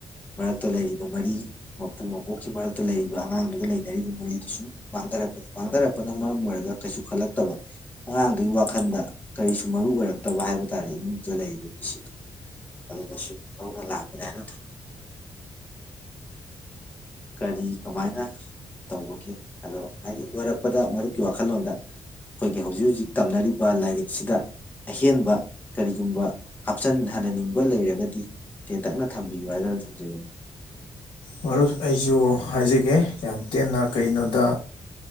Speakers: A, on the left (about 20°); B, on the left (about 85°).
A: ꯃꯔꯛꯇ ꯂꯩꯔꯤꯕ ꯃꯔꯤ ꯃꯄꯨ ꯃꯄꯣꯛꯀꯤ ꯃꯔꯛꯇ ꯂꯩꯔꯤꯕ ꯑꯉꯥꯡꯗꯨꯒꯤ ꯂꯩꯅꯔꯤꯕ ꯃꯔꯤꯗꯨ ꯁꯨꯝ ꯃꯥꯡꯊꯔꯛꯄꯅꯤ ꯃꯥꯡꯊꯔꯛꯄꯅ ꯃꯔꯝ ꯑꯣꯏꯔꯒ ꯀꯩꯁꯨ ꯈꯜꯂꯛꯇꯕ ꯑꯉꯥꯡꯗꯨꯒꯤ ꯋꯥꯈꯜꯗ ꯀꯔꯤꯁꯨ ꯃꯔꯨ ꯑꯣꯏꯔꯛꯇꯕ ꯍꯥꯏꯕ ꯇꯥꯔꯦ ꯏꯃꯨꯡꯗ ꯂꯩꯔꯤꯕ ꯃꯤꯁꯤꯗꯣ ꯑꯗꯨꯅꯁꯨ <unintelligible> ꯂꯥꯛꯄꯅꯦ ꯍꯥꯏꯅ ꯊꯝ ꯀꯔꯤ ꯀꯃꯥꯏꯅ ꯇꯧꯕꯒꯦ ꯑꯗꯣ ꯍꯥꯏꯗꯤ ꯂꯣꯏꯔꯛꯄꯗ ꯃꯔꯨꯞꯀꯤ ꯋꯥꯈꯜꯂꯣꯟꯗ ꯑꯩꯈꯣꯏꯒꯤ ꯍꯧꯖꯤꯛ ꯍꯧꯖꯤꯛ ꯇꯝꯅꯔꯤꯕ ꯂꯥꯏꯔꯤꯛꯁꯤꯗ ꯑꯍꯦꯟꯕ ꯀꯔꯤꯒꯨꯝꯕ ꯍꯥꯞꯆꯟꯍꯟꯍꯟꯅꯤꯡꯕ ꯂꯩꯔꯒꯗꯤ ꯇꯦꯟꯇꯛꯅ ꯊꯝꯕꯤꯌꯨ ꯍꯥꯏꯗꯅ ꯊꯝꯖꯒꯦ
B: ꯃꯔꯨꯞ ꯑꯩꯁꯨ ꯍꯥꯏꯖꯒꯦ ꯌꯥꯝ ꯇꯦꯟꯅ ꯀꯩꯅꯣꯗ